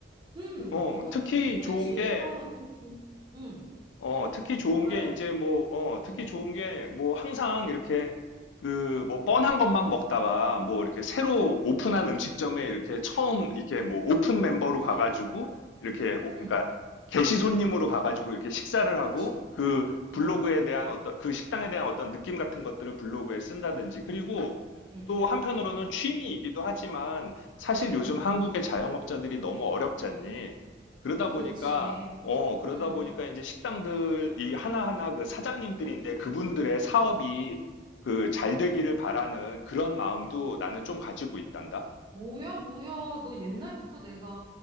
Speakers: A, on the right; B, on the left.
A: 음,
B: 어,
A: 너무,
B: 특히
A: 너의
B: 좋은
A: 취미가
B: 게
A: 너무 좋은, 음,
B: 어, 특히 좋은
A: 뭐 말해?
B: 게 이제 뭐, 어, 특히
A: 음,
B: 좋은 게 뭐 항상 이렇게 그 뭐 뻔한 것만 먹다가 뭐 이렇게 새로
A: 음,
B: 오픈한 음식점에 이렇게 처음 이렇게 뭐 오픈 멤버로
A: 음.
B: 가가지고 이렇게 오- 그러니까
A: 음.
B: 게시 손님으로 가가지고 이렇게 식사를 하고
A: 그치.
B: 그 블로그에
A: 어,
B: 대한 어떤 그 식당에 대한 어떤 느낌 같은 것들을 블로그에 쓴다든지 그리고
A: 응,
B: 또 한편으로는 취미이기도 하지만 사실 요즘
A: 응.
B: 한국의 자영업자들이 너무 어렵지 않니? 그러다 음,
A: 그치.
B: 보니까 어, 그러다
A: 응,
B: 보니까 이제 식당들이 하나하나 그 사장님들인데 그분들의 사업이 그 잘
A: 어.
B: 되기를 바라는 그런 마음도 나는
A: 뭐-
B: 좀 가지고 있단다.
A: 뭐야, 뭐야. 너 옛날부터 내가,